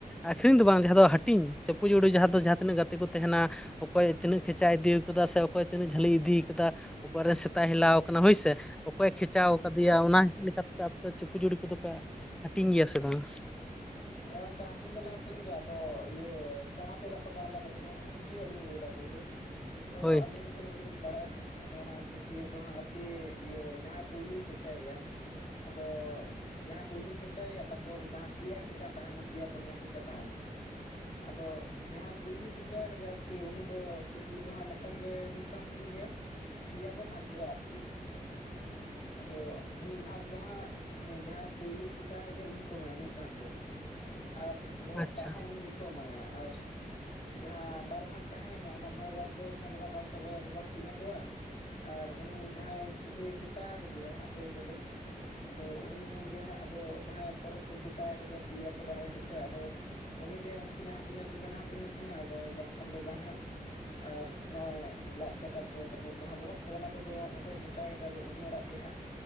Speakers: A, in the centre; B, on the left.
A: ᱟᱹᱠᱷᱨᱤᱧ ᱫᱚ ᱵᱟᱝ ᱡᱟᱦᱟᱸ ᱫᱚ ᱦᱟᱹᱴᱤᱧ ᱪᱟᱯᱩᱡᱩᱲᱩ ᱡᱟᱦᱟᱸ ᱫᱚ ᱡᱟᱦᱟᱸ ᱛᱤᱱᱟᱹᱜ ᱜᱟᱛᱮ ᱠᱚ ᱛᱟᱦᱮᱱᱟ, ᱚᱠᱚᱭ ᱛᱤᱱᱟᱹᱜ ᱠᱷᱮᱪᱟ ᱤᱫᱤ ᱠᱟᱫᱟ ᱥᱮ ᱚᱠᱚᱭ ᱛᱤᱱᱟᱹᱜ ᱡᱷᱟᱹᱞᱤ ᱤᱫᱤ ᱠᱟᱫᱟ, ᱚᱠᱟᱨᱮ ᱥᱮᱛᱟᱭ ᱦᱮᱞᱟᱣ ᱠᱟᱱᱟ ᱦᱳᱭᱥᱮ, ᱚᱠᱚᱭ ᱠᱷᱮᱪᱟ ᱠᱟᱫᱮᱭᱟ ᱚᱱᱟ ᱦᱤᱥᱟᱹᱵᱽ ᱞᱮᱠᱟᱛᱮ ᱟᱯᱮ ᱫᱚ ᱪᱩᱯᱩᱡᱩᱲᱩ ᱠᱚᱫᱚᱯᱮ ᱦᱟᱹᱴᱤᱧ ᱜᱮᱭᱟ ᱥᱮ ᱵᱟᱝ,
B: ᱦᱮᱸ ᱜᱚᱝᱠᱮ ᱦᱟᱹᱴᱤᱧ ᱫᱚᱞᱮ ᱦᱟᱹᱴᱤᱧ ᱜᱮᱭᱟ, ᱟᱫᱚ ᱤᱭᱟᱹ ᱥᱮᱬᱟ ᱥᱟᱹᱞ‌ ᱟᱜ ᱠᱚᱫᱚ ᱟᱞᱟᱫᱟ ᱡᱮᱢᱚᱱ ᱥᱩᱠᱨᱤᱭᱟᱜ ᱞᱤᱧ ᱞᱟᱹᱭᱫᱟ ᱯᱟᱹᱭᱞᱟᱹ, ᱛᱚ
A: ᱦᱳᱭ
B: ᱟᱹᱞᱤᱧ ᱛᱤᱱᱟᱹᱜ ᱞᱤᱧ ᱵᱟᱲᱟᱭᱟ ᱦᱟᱸᱜ ᱟᱫᱚ ᱚᱱᱟ ᱥᱩᱠᱨᱤᱭᱟᱜ ᱫᱚ ᱦᱟᱸᱜ ᱟᱨᱠᱤ ᱤᱭᱟᱹ ᱡᱟᱦᱟᱸᱭ ᱯᱩᱭᱞᱩᱭ ᱠᱷᱮᱪᱟᱭᱮᱼᱟ, ᱟᱫᱚ ᱡᱟᱦᱟᱸᱭ ᱯᱩᱭᱞᱳ ᱠᱷᱮᱪᱟᱭᱮᱟ ᱛᱟᱯᱚᱨ ᱡᱟᱦᱟᱸ ᱯᱮᱭᱟ ᱠᱷᱮᱸᱪᱟ ᱛᱟᱦᱮᱸᱱᱟ ᱯᱮᱭᱟ ᱯᱩᱱᱭᱟ ᱠᱷᱮᱪᱟ ᱛᱟᱦᱮᱸᱱᱟ ᱾ ᱟᱫᱚ ᱡᱟᱦᱟᱸᱭ ᱯᱩᱭᱞᱩᱭ ᱠᱷᱮᱸᱪᱟ ᱠᱟᱫᱮᱭᱟ ᱟᱹᱨᱠᱤ ᱩᱱᱤ ᱫᱚ ᱥᱩᱠᱨᱤ ᱫᱚ ᱦᱟᱸᱜ ᱢᱤᱫᱴᱟᱝ ᱜᱮ ᱢᱤ ᱢᱤᱫᱴᱟᱝ ᱥᱩᱠᱨᱤ ᱜᱮ ᱯᱮᱭᱟ ᱠᱚ ᱵᱷᱟᱜᱮᱭᱟ ᱟᱹᱨᱠᱤ, ᱟᱫᱚ ᱢᱤᱫ ᱵᱷᱟᱜᱽ ᱫᱚ ᱦᱟᱸᱜ ᱩᱱᱤ ᱡᱟᱦᱟᱸᱭ ᱯᱩᱭᱞᱩᱭ ᱠᱷᱮᱸᱪᱟ ᱠᱟᱫᱮᱭᱟ ᱩᱱᱤ ᱠᱚ ᱮᱢᱟᱭᱟ ᱢᱤᱫ ᱵᱷᱟᱜᱽ ᱫᱚ ᱾ ᱟᱨ ᱵᱚᱦᱚᱜ
A: ᱟᱪᱪᱷᱟ
B: ᱴᱟᱜ ᱦᱚᱸ ᱩᱱᱤ ᱜᱮᱠᱚ ᱮᱢᱟᱭᱟ ᱾ᱟᱨ ᱡᱟᱦᱟᱸ ᱵᱟᱨ ᱵᱷᱟᱜᱽ ᱛᱟᱦᱮᱸᱭᱮᱱᱟ ᱚᱱᱟ ᱵᱟᱨ ᱵᱷᱟᱜ ᱫᱚ ᱥᱮᱸᱫᱽᱨᱟ ᱠᱟᱨᱠᱟ ᱵᱚᱭᱦᱟ ᱠᱚᱠᱚ ᱦᱟᱹᱴᱤᱧᱟ ᱠᱚᱣᱟ ᱾ ᱟᱨ ᱩᱱᱤ ᱡᱟᱦᱟᱸᱭ ᱥᱩᱠᱨᱤ ᱠᱷᱮᱸᱪᱟ ᱠᱟᱫᱮᱭᱟ ᱦᱟᱸᱜ ᱯᱟᱹᱭᱞᱟᱹ ᱨᱮ, ᱟᱫᱚ ᱩᱱᱤᱜᱮ ᱦᱟᱸᱜ ᱟᱫᱚ ᱡᱟᱦᱟᱸᱭ ᱯᱚᱨᱮ ᱛᱮᱠᱚ ᱠᱷᱮᱸᱪᱟ ᱠᱟᱫᱮᱭᱟ ᱯᱮᱭᱟ ᱥᱮ ᱵᱟᱨᱭᱮ ᱠᱷᱮᱸᱪᱟ ᱟᱫᱚ ᱩᱱᱤᱜᱮ ᱩᱱᱠᱤᱱ ᱦᱟᱹᱴᱤᱧ ᱟᱹᱠᱤᱱ ᱠᱟᱱᱟ ᱦᱟᱹᱴᱤᱧ ᱟᱹᱠᱤᱱᱟ ᱟᱫᱚ ᱵᱟᱝᱠᱷᱟᱱ ᱫᱚ ᱵᱟᱝ ᱦᱟᱸᱜ ᱾ ᱟᱨ ᱱᱚᱜᱼᱚᱭ ᱞᱟᱡ ᱠᱟᱴᱟ ᱠᱚ ᱛᱟᱯᱚᱨ ᱡᱟᱦᱟᱸ ᱵᱚᱦᱚᱜ ᱠᱚ ᱚᱱᱟ ᱠᱚᱫᱚ ᱚᱠᱚᱭ ᱠᱤᱱ <unintelligible> ᱠᱮᱫᱟᱭ ᱟᱫᱚ ᱩᱱᱤ ᱚᱲᱟᱜ ᱜᱮ ᱦᱟᱸᱜ,